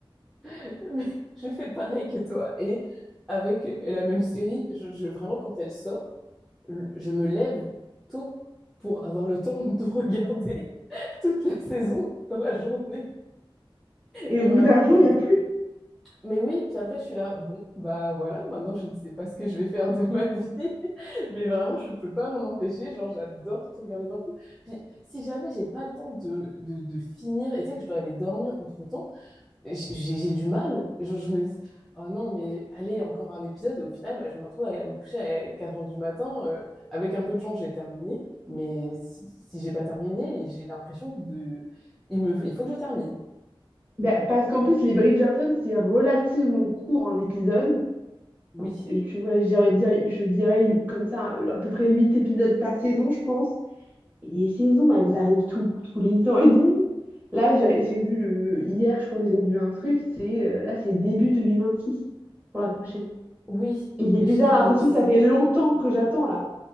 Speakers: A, in the centre; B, on the right.
A: <laughs> Mais je fais pareil que toi. Et avec la même série, je, je- vraiment quand elle sort, je je me lève tôt pour avoir le temps de regarder <laughs> toute la saison dans la journée.
B: Et
A: Et
B: au
A: vraiment,
B: bout d'un jour,
A: je,
B: il n'y a
A: je
B: plus.
A: peux Mais oui, puis après, je suis là, bon, bah voilà, maintenant je ne sais pas ce que je vais faire de ma vie, <laughs> mais vraiment, je peux pas m'en empêcher, genre j'adore tout regarder d'un coup. Puis si jamais j'ai pas le temps de, de, de finir, et tu sais que je dois aller dormir entre-temps, j'ai j'ai du mal, genre je me dis, oh non, mais allez, encore un épisode, et au final, bah, je me retrouve à me coucher à 4 heures du matin, euh, avec un peu de chance, j'ai terminé, mais si, si j'ai pas terminé, j'ai l'impression que de... il me... il faut que je termine.
B: Ben, parce qu'en plus, les Bridgerton, c'est relativement court en épisode.
A: Oui,
B: Enfin, c'est- tu vois, j'irais dire, je dirais comme ça, euh, à peu près 8 épisodes par saison, je pense. Et les saisons, elles arrivent tous tous les ans et demi. Là, j'ai j'ai vu le... Hier, je crois que j'ai vu un truc, c'est... euh, là, c'est début 2026 pour la prochaine.
A: oui,
B: Et j'ai
A: j'ai
B: déjà
A: vu
B: l'impression
A: donc...
B: que ça fait longtemps que j'attends, là.